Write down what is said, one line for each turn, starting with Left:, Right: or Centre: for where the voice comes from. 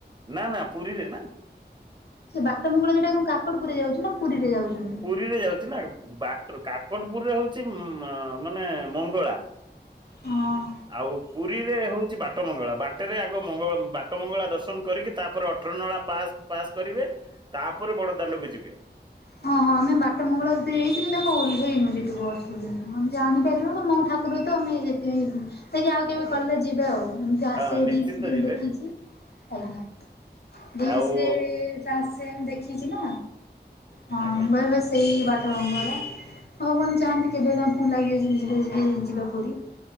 Right: ନା ନା ପୁରୀରେ ନା।
Left: ସେ ବାଟ ମଙ୍ଗଳ ଯେ ଟା କଣ କାକଟପୁର ରେ ଯାଉଚି ନା ପୁରୀରେ ଯାଉଚି?
Right: ପୁରୀରେ ଯାଉଚି ନା ବାଟର୍ କାକଟପୁରରେ ହଉଚି ମାନେ ମଙ୍ଗଳା।
Left: ହଁ।
Right: ଆଉ ପୁରୀରେ ହଉଛି ବାଟ ମଙ୍ଗଳା ବାଟରେ ଆଗ ମଙ୍ଗ ବାଟ ମଙ୍ଗଳା ଦର୍ଶନ କରିକି ତାପରେ ଅ ଅଟନଳା ପା ପାସ୍ କରିବେ ତାପରେ ବଡ଼ଦାଣ୍ଡକୁ ଯିବେ।
Left: ହଁ ହଁ ଆମେ ବାଟ ମଙ୍ଗଳା ଦେଇକୁ କିନ୍ତୁ ଆମେ ଓଲ୍ହେଇନୁ ଯେଠୁ ବସୁରୁ କିନ୍ତୁ ଆମେ ଜାଣିପାରିବୁ ନା ମମ ଠା ତ ଆମେଇ ଯେଇ <inaudible> ତକି ଆଉ କେବେ
Right: ଆଜ୍ଞା।
Left: କଲେ ଯିବେ ଆଉ ଏମିତି ଆସେ
Right: ହଁ ନିଶ୍ଚିନ୍ତ
Left: ଦି ମାସରେ
Right: ଯିବେ
Left: ଦେଖିଛି ଆଜ୍ଞା। ରିଲ୍ସରେ
Right: ଆଉ
Left: ଆସେ ମୁଁ ଦେଖିଛି ନା ହଁ
Right: ଆଜ୍ଞା
Left: ସେଇ ବାଟ ମଙ୍ଗଳା ଭଗବାନ ଚାହାଁନ୍ତି କେବେ କା ଫୋନ୍ ଲାଗିବ ଜବି ଜିବି ଯିବି ଯିବାକୁ ପୁରୀ।